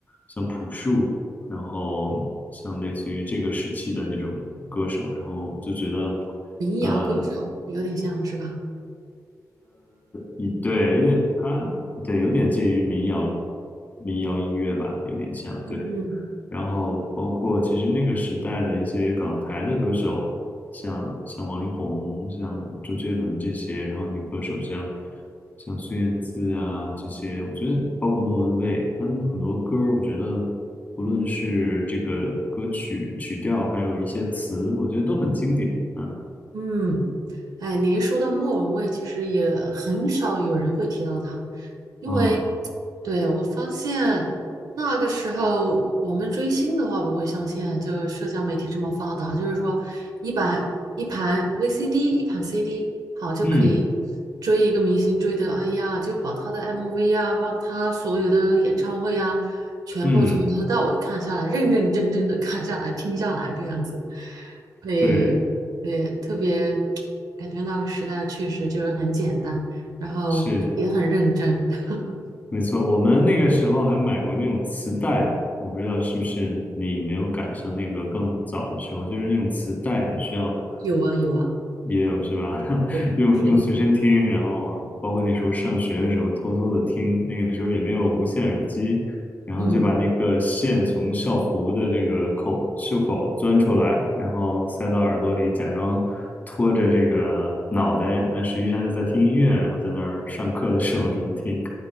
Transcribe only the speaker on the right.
民谣歌手有点像是吧？
嗯，
嗯，哎，你一说到莫文蔚，其实也很少有人会提到她，因为，
对，我发现那个时候我们追星的话，不会像现在就社交媒体这么发达，就是说一盘一盘 VCD，一盘 CD，好就可以
追一个明星追的，哎呀，就把他的 MV 呀，把他所有的演唱会呀，全部从头到尾看下来，
认认真真的看下来，听下来这样子。会对，
特别感觉那个时代确实就是很简单，然后也很认真。
<laughs>
有啊，有啊，
对，
是的，
嗯，